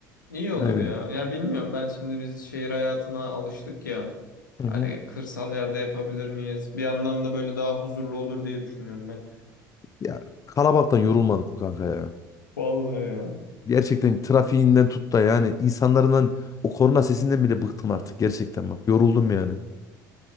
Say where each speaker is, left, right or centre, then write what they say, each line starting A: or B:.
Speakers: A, on the left (about 85°); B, on the left (about 35°).
A: İyi olur
B: Aynen.
A: ya. Ya bilmiyorum ben şimdi biz şehir hayatına alıştık ya.
B: Hı
A: Hani
B: hı.
A: kırsal yerde yapabilir miyiz? Bir yandan da böyle daha huzurlu olur diye düşünüyorum ben.
B: Ya kalabalıktan yorulmadık mı kanka ya?
A: Vallahi ya.
B: Gerçekten trafiğinden tut da yani insanların o korna sesinden bile bıktım artık gerçekten bak. Yoruldum yani.